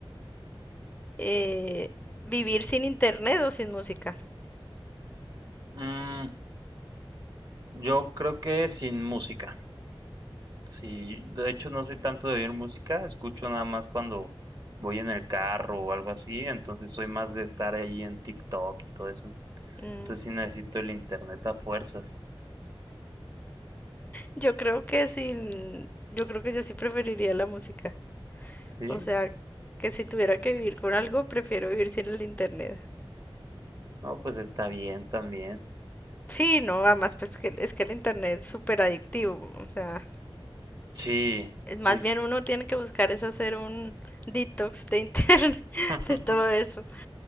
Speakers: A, on the left; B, on the right.
A: Eh, ¿vivir sin internet o sin música?
B: Mm, yo creo que sin música. Sí, de hecho no soy tanto de oír música, escucho nada más cuando voy en el carro o algo así, entonces soy más de estar ahí en TikTok y todo eso.
A: Mm,
B: Entonces sí necesito el internet a fuerzas.
A: yo creo que sin... Yo creo que yo sí preferiría la música.
B: Sí,
A: O sea, que si tuviera que vivir con algo, prefiero vivir sin el internet.
B: no, pues está bien también.
A: Sí, no, además, pues que es que el internet es súper adictivo. O sea,
B: Sí,
A: es más
B: sí.
A: bien uno tiene que buscar es hacer un detox de internet, <laughs>
B: <laughs>
A: de todo eso.